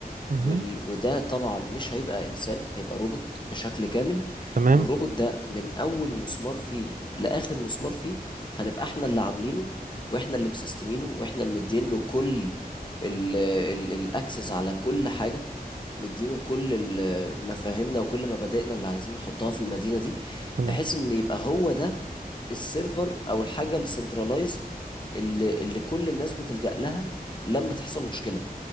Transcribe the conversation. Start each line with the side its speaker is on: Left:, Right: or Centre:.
Right: مهم.
Left: وال... وده طبعا مش هيبقى انسان هيبقى روبوت بشكل كامل
Right: تمام
Left: والروبوت ده من اول مسمار فيه لاخر مسمار فيه هنبقى احنا اللي عاملينه واحنا اللي مسستمينه واحنا اللي مدين له كل ال... ال... الاكسس على كل حاجه مدينه كل ال- مفاهيمنا وكل مبادئنا اللي عايزين نحطها في المدينه دي
Right: تمام
Left: بحيث ان يبقى هو ده السيرفر او الحاجه السنترلايزد اللي اللي كل الناس بتلجأ لها لما تحصل مشكله